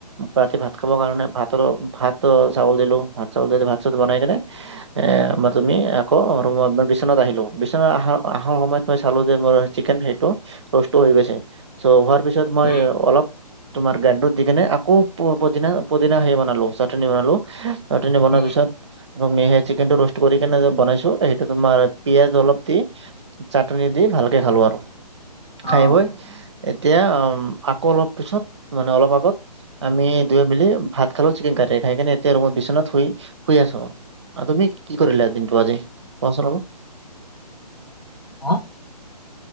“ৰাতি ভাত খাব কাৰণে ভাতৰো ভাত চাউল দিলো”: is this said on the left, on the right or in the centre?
Right